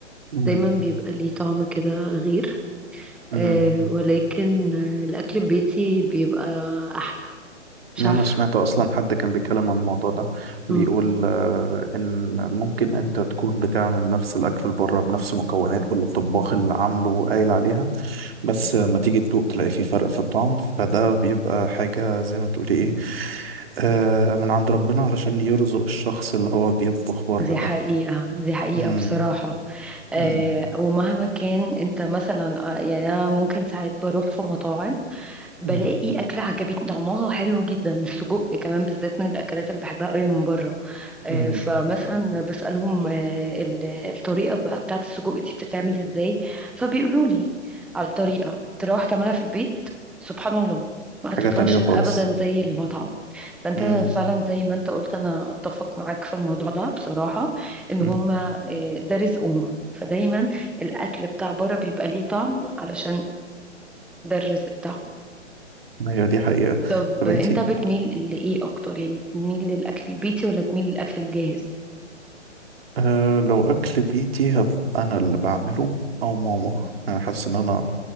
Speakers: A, on the right; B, in the centre.
A: مم.
B: دايما بيبقى ليه طعم كده غير
A: مم.
B: آه، ولكن آه، الأكل البيتي بيبقى أحلى مش
A: يعني
B: عارفة
A: أنا سمعت أصلا حد كان بيتكلم عن الموضوع ده بيقول
B: مم.
A: آه، إن ممكن أنت تكون بتعمل نفس الأكل اللي بره بنفس مكونات واللي الطباخ اللي عامله قايل عليها بس آه، ما تيجي تدوق تلاقي فيه فرق في الطعم فده بيبقى حاجة زي ما تقولي إيه آه، من عند ربنا علشان يرزق الشخص اللي هو بيطبخ بره
B: دي حقيقة
A: ده
B: دي حقيقة
A: مم.
B: بصراحة آه
A: مم.
B: ومهما كان انت مثلا آه، يعني انا ممكن ساعات بروح في مطاعم بلاقي
A: مم.
B: أكلة عجبتني طعمها حلو جدا السجق كمان بالذات من الأكلات اللي بحبها قوي من بره آه،
A: مم.
B: فمثلا بسألهم آه، ال- الطريقة بقى بتاعة السجق دي بتتعمل ازاي فبيقولوا لي على الطريقة تروح تعملها في البيت سبحان الله ما
A: حاجة
B: تطلعش
A: تانية
B: أبدا
A: خالص
B: زي المطعم فأنت
A: مم.
B: فعلا زي ما أنت قلت أنا أتفق معاك في الموضوع ده بصراحة إن هما
A: مم.
B: آه، ده رزقهم فدايما الأكل بتاع بره بيبقى ليه طعم علشان ده الرزق بتاعهم
A: أيوة دي حقيقة
B: طب
A: طب
B: انت
A: أنت
B: بتميل لايه اكتر يعني تميل للاكل البيتي ولا تميل للاكل الجاهز
A: أه لو أكل بيتي هب أنا اللي بعمله أو ماما أنا حاسس إن أنا